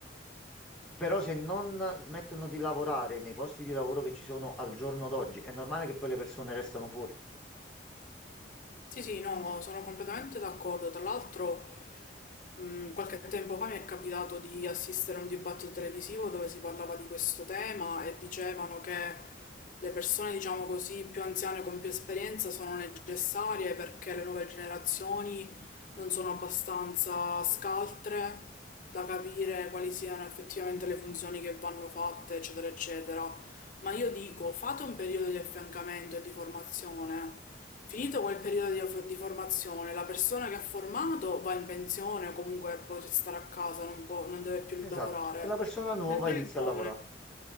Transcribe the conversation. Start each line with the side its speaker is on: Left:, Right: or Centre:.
Centre: Però se non smettono di lavorare nei posti di lavoro che ci sono al giorno d'oggi, è normale che poi le persone restano fuori.
Left: Sì, sì, no, sono completamente d'accordo. Tra l'altro, mh, qualche tempo fa mi è capitato di assistere a un dibattito televisivo dove si parlava di questo tema e dicevano che le persone, diciamo così, più anziane con più esperienza sono necessarie perché le nuove generazioni non sono abbastanza scaltre da capire quali siano effettivamente le funzioni che vanno fatte, eccetera, eccetera. Ma io dico, fate un periodo di affiancamento e di formazione Finito quel periodo di fo- di formazione, la persona che ha formato va in pensione o comunque può restare a casa, non può- non deve più
Centre: Esatto.
Left: lavorare.
Centre: E la persona nuova
Left: Mentre
Centre: inizia
Left: il giovane.
Centre: a lavorare.